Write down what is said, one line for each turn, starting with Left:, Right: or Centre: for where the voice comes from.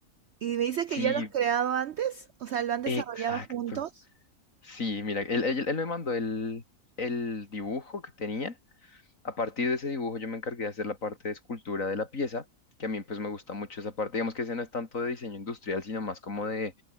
Right: ¿Y me dices
Left: Sí,
Right: que ya lo has creado antes? O sea, ¿lo han desarrollado
Left: exacto.
Right: juntos?
Left: Sí, mira, él, él- él me mandó el, el dibujo que tenía A partir de ese dibujo yo me encargué de hacer la parte de escultura de la pieza, que a mí pues me gusta mucho esa parte. Digamos que ese no es tanto de diseño industrial, sino más como de